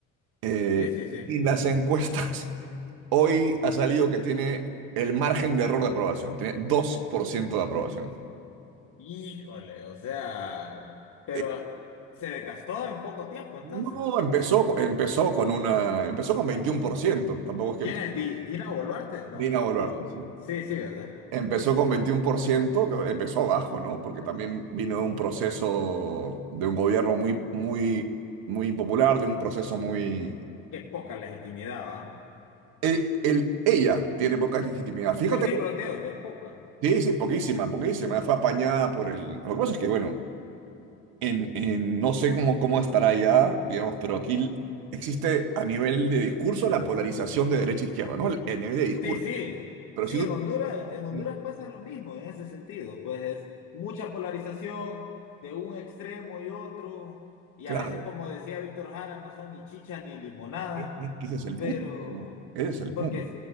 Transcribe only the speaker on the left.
Sí, sí, sí.
Híjole, o sea, pero
ah, se desgastó en poco tiempo entonces.
¿Quién
es? Di- ¿Dina Boluarte? No,
no.
Sí, sí, ¿verdad?
Qué poca legitimidad, ¿va?
Pues sí,
pero te digo, qué poca.
Sí, sí.
Sí,
en Honduras, en Honduras
pasa lo mismo en ese sentido. Pues es mucha polarización de un extremo y otro. Y
a veces, como decía Víctor Jara, no son ni chicha ni limonada.
pero
porque